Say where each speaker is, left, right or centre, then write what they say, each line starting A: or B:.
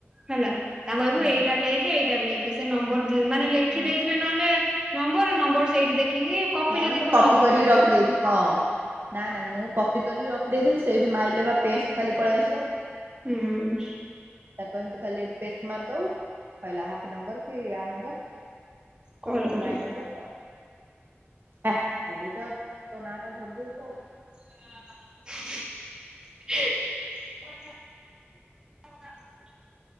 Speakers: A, on the right; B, on the right.
A: ହେଲା ତାଙ୍କୁ କହିବୁ
B: ହୁଁ
A: ଏଇଟା ଲେଖେ ଏଇଟା ଲେ ସେ ନମ୍ବର ଦି ମାନେ ଲେଖି
B: ହୁଁ।
A: ଦେଇଥିବେ ନହେଲେ ନମ୍ବର ନମ୍ବର ସେଇଠି ଦେଖିକି କପି
B: ନହେନ
A: ଯଦି
B: ମୁଁ
A: ନ
B: କପି
A: କରିପାରିବେ
B: କରିକି ରଖିଦେଇ ହଁ। ନା ନା ମୁଁ କପି କରିକି ରଖିଦେଇଥିବି ସେଇଠି ମାଇଲେ ବା ପେଷ୍ଟ ଖାଲି ପଳେଇ ଆସିବ।
A: ହୁଁ।
B: ତାକୁ କହିମି ତୁ ଖାଲି ପେଷ୍ଟ ମାରିଦୋବୁ ସ‌ଇଲା ହାପି ନମ୍ବର କି ଆ ନମ୍ବର
A: କଲ କରିବ
B: ମାଇଁ ନମ୍ବର ତ ହେ ଖାଲି ତୋ ନାଁ ଟା ଧରି ଦ‌ଉଚି ଆଉ।
A: <unintelligible> <unintelligible>